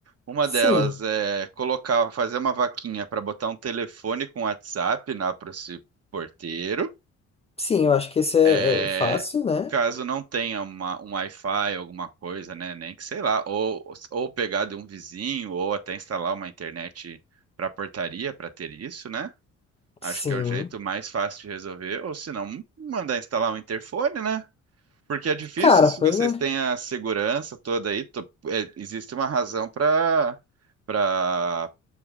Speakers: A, on the right; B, on the left.
A: Uma
B: Sim,
A: delas é colocar, fazer uma vaquinha para botar um telefone com WhatsApp lá para esse porteiro.
B: sim, eu acho que esse é,
A: É,
B: é fácil, né?
A: caso não tenha uma, um Wi-Fi, alguma coisa, né? Nem que sei lá, ou, ou pegar de um vizinho, ou até instalar uma internet para portaria para ter isso, né? Acho
B: Sim.
A: que é o jeito mais fácil de resolver, ou se não, mandar instalar um interfone, né? Porque é difícil
B: Cara,
A: se
B: pois
A: vocês
B: é.
A: têm a segurança toda aí, to- é, existe uma razão para para